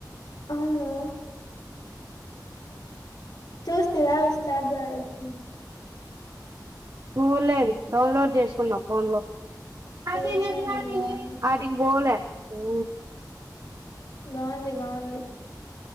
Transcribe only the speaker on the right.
చూలేదు డౌన్లోడ్ చేసుకున్నా ఫోన్ లో. <unintelligible>
అటికిబోలే ఓ.